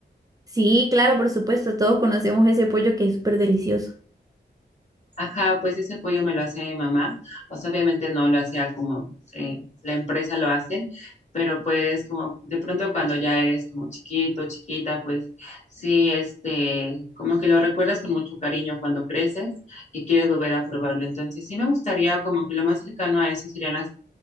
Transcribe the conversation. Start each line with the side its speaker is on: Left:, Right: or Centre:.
Right: Sí, claro, por supuesto, todos conocemos ese pollo que es súper delicioso.
Left: Ajá, pues ese pollo me lo hace mi mamá. O sea, obviamente no lo hacía como eh, la empresa lo hace, pero pues como de pronto cuando ya eres como chiquito, chiquita, pues sí, este, como que lo recuerdas con mucho cariño cuando creces y quieres volver a probarlo. Entonces sí me gustaría como que lo más cercano a eso serían las